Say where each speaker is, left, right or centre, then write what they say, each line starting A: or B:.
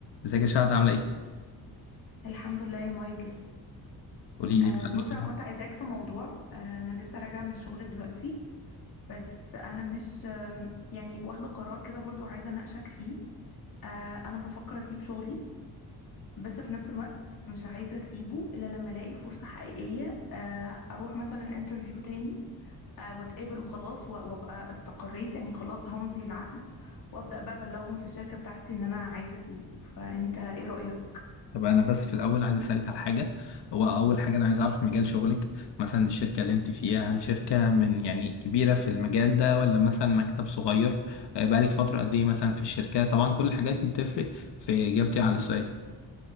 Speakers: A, on the left; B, on the left.
A: ازيك يا شهد عامله ايه؟
B: الحمد لله يا مايكل
A: قولي لي
B: أه
A: بقى
B: بص انا كنت عايزاك في موضوع أه انا لسه راجعه من الشغل دلوقتي بس انا مش أه يعني واخده قرار كده برضو عايزه اناقشك فيه أه انا بفكر اسيب شغلي بس في نفس الوقت مش عايزه اسيبه الا لما الاقي فرصه حقيقيه أه اروح مثلا انترفيو تاني أه واتقابل وخلاص و- وابقى استقريت يعني خلاص همضي العقد وابدا بقى ابلغهم في الشركه بتاعتي ان انا عايزه اسيبه فانت ايه رايك
A: طب انا بس في الاول عايز اسالك على حاجه هو اول حاجه انا عايز اعرف مجال شغلك مثلا الشركه اللي انت فيها هل شركه من يعني كبيره في المجال ده ولا مثلا مكتب صغير آه، بقالك فتره قد ايه مثلا في الشركه طبعا كل الحاجات دي بتفرق في اجابتي على السؤال